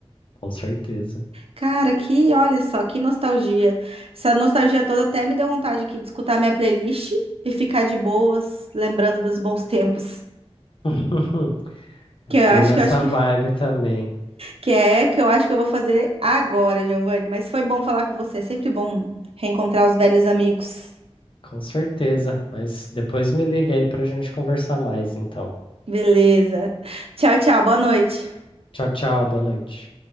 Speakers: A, on the left; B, on the right.
A: Com certeza.
B: Cara, que, olha só, que nostalgia. Essa nostalgia toda até me deu vontade aqui de escutar minha playlist e ficar de boas, lembrando dos bons tempos.
A: <laughs>
B: Que eu
A: Tô
B: acho
A: nessa
B: que eu acho que,
A: vibe também.
B: que é que eu acho que eu vou fazer agora, Giovanni. Mas foi bom falar com você. É sempre bom reencontrar os velhos amigos.
A: Com certeza. Mas depois me liga aí pra gente conversar mais, então.
B: Beleza. Tchau, tchau. Boa noite.
A: Tchau, tchau. Boa noite.